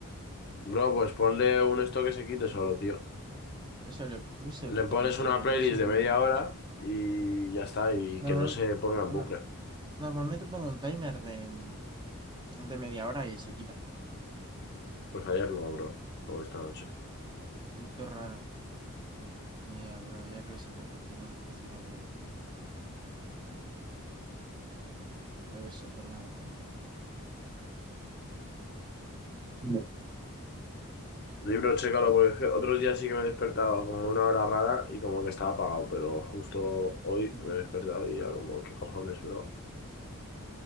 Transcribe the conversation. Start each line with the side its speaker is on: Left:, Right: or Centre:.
Left: Bro, pues ponle un esto que se quite solo, tío.
Right: Eso le puse,
Left: Le
Right: pero
Left: pones
Right: no sé,
Left: una
Right: tal
Left: playlist
Right: vez se me
Left: de media
Right: olvidó.
Left: hora y ya está, y que
Right: Normal-
Left: no se ponga en bucle.
Right: no- normalmente pongo un timer de, mm, de media hora y se quita.
Left: Pues ayer no, bro, o esta noche.
Right: Y todo raro. Ni idea, bro, ya revisaré por qué no funciona bien. Por eso, perdona, eh.
Left: Libro, chécalo, porque es que otros días sí que me he despertado como una hora rara y como que estaba apagado, pero justo hoy
Right: Ya.
Left: me he despertado y ya como, ¿qué cojones, bro?